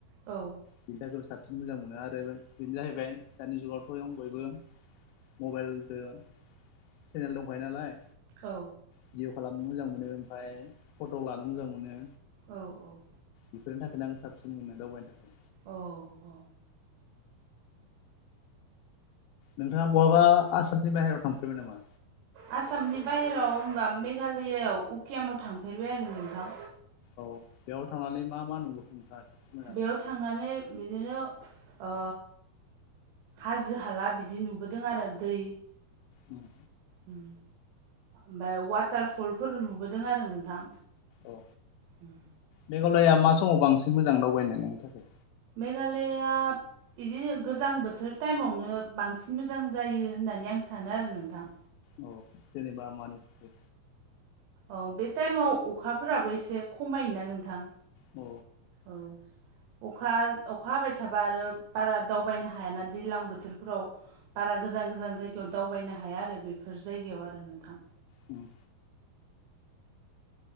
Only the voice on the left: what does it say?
बेनि थाखायबो साबसिन मोजां मोनो आरोबो बेनो जाहैबाय दानि जुगाव खयं बयबो मबाइलजो चेनेल दंखायो नालाय
भिडिअ खालामनो मोजां मोनो ओमफाय फट' लानो मोजां मोनो।
बेफोरनि थाखायनो आं साबसिन मोनो दावबायनो थाखाय।
नोंथाङा बहाबा आसामनि बाहेरायाव थांफेरबाय नामा?
औ बेयाव थांनानै मा मा नुबोखो नोंथाङा? फोरमायनो
उम
औ
मेघालया मा समाव बांसिन मोजां दावबायनो नोंनि थाखाय?
औ जेनेबा मानि थाखाय?
अ।
उम।